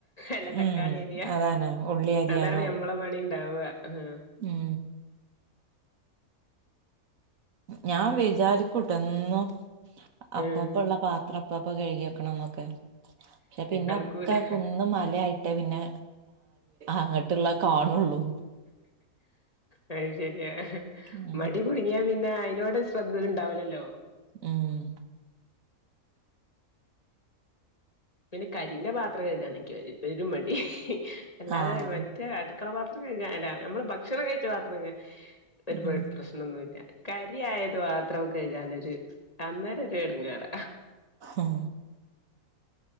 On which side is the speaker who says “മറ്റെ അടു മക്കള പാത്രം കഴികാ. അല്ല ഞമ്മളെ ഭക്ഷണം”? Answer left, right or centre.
Left